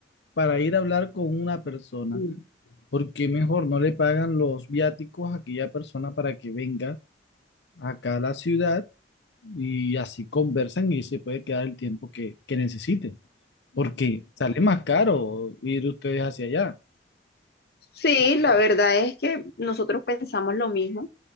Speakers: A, on the left; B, on the left.
A: para ir a hablar con una persona.
B: Mm.
A: porque mejor no le pagan los viáticos a aquella persona para que venga? acá a la ciudad y así conversan y se puede quedar el tiempo que, que necesite, porque sale más caro ir ustedes hacia allá.
B: Sí, la verdad es que nosotros pensamos lo mismo.